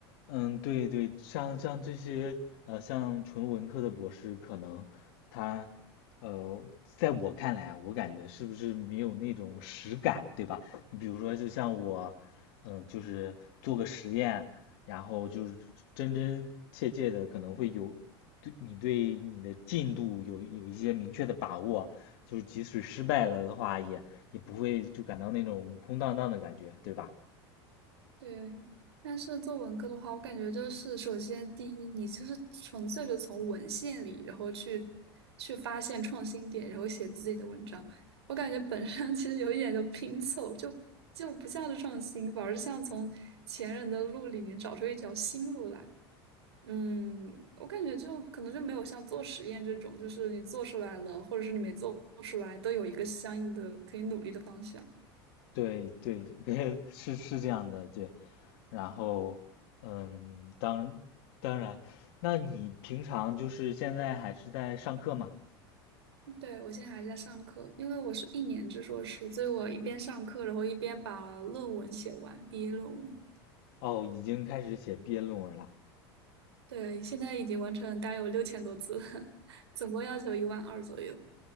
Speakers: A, on the left (about 65°); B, on the right (about 85°).
A: 嗯，对对，像像这些呃，像纯文科的博士，可能他呃，在我看来啊，我感觉是不是没有那种实感，对吧？你比如说，就像我，嗯，就是做个实验，然后就是真真切切的，可能会有对你对你的进度有有一些明确的把握，就是即使失败了的话，也也不会就感到那种空荡荡的感觉，对吧？
B: 对，但是做文科的话，我感觉就是首先第一，你就是纯粹的从文献里，然后去去发现创新点，然后写自己的文章。我感觉本身其实有一点就拼凑，就就不像是创新，反而像从前人的路里面找出一条新路来。嗯，我感觉就可能就没有像做实验这种，就是你做出来了，或者是你没做出来，都有一个相应的可以努力的方向。
A: 对对，<laughs> 是是这样的，对。然后，嗯，当当然，那你平常就是现在还是在上课吗？
B: 对，我现在还在上课，因为我是一年制硕士，所以我一边上课，然后一边把论文写完，毕业论文。
A: 哦，已经开始写毕业论文了。
B: 对，现在已经完成，大概有六千多字了，<laughs> 总共要求一万二左右。